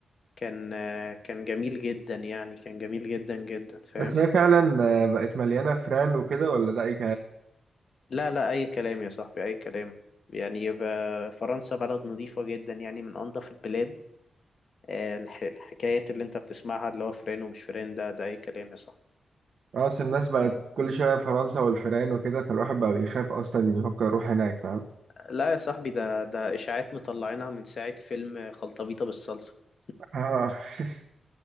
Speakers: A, on the left; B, on the right.
A: كان آه، كان جميل جدا يعني كان جميل جدا جدا فاهم
B: بس هي فعلا بقت مليانه فران وكده ولا ده اي
A: لا لا أي كلام يا صاحبي أي كلام يعني ف- فرنسا بلد نظيفة جدا يعني من أنظف البلاد آه، الح- الحكايات اللي أنت بتسمعها اللي هو فرين ومش فرين ده ده أي كلام يا صاحبي
B: خلاص الناس بقت كل شوية فرنسا والفيران وكده فالواحد بقى بيخاف أصلا يفكر يروح هناك فاهم
A: لا يا صاحبي ده ده إشاعات مطلعينها من ساعة فيلم خلطبيطة بالصلصة
B: آه. <laughs>